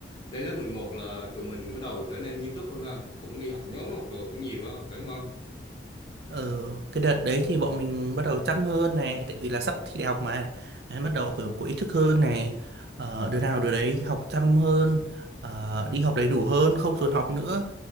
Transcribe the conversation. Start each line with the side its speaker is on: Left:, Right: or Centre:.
Left: lên lớp 11 là tụi mình bắt đầu trở nên nghiêm túc hơn ha cũng đi học nhóm học đồ cũng nhiều á phải không không
Right: Ờ, cái đợt đấy thì bọn mình bắt đầu chăm hơn này, tại vì là sắp thi đại học mà, đấy, bắt đầu kiểu có ý thức hơn này, ờ, đứa nào đứa đấy học chăm hơn, ờ, đi học đầy đủ hơn, không dồn học nữa.